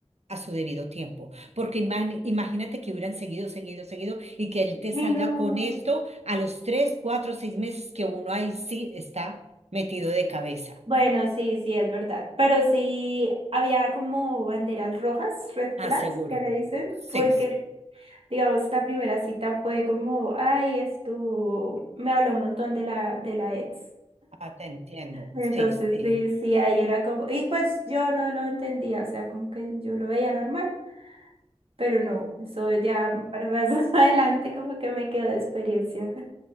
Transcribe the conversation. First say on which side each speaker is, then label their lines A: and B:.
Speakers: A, on the right; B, on the right.
A: a su debido tiempo, porque imag- imagínate que hubieran seguido, seguido, seguido y que él te salga
B: Ay, no.
A: con esto a los tres, cuatro, seis meses que uno ahí sí está metido de cabeza,
B: Bueno, sí, sí, es verdad. Pero sí había como banderas rojas, red
A: aseguro.
B: flags, que le dicen,
A: Sí,
B: porque,
A: sí.
B: digamos, la primera cita fue como, ay, esto, me habló un montón de la, de la ex.
A: Ah, te entiendo.
B: Entonces,
A: Sí, sí.
B: sí, sí, ahí era como, y pues yo no lo entendía, o sea, como que yo lo veía normal, pero no, eso ya para más <laughs> adelante como que me quedó de experiencia.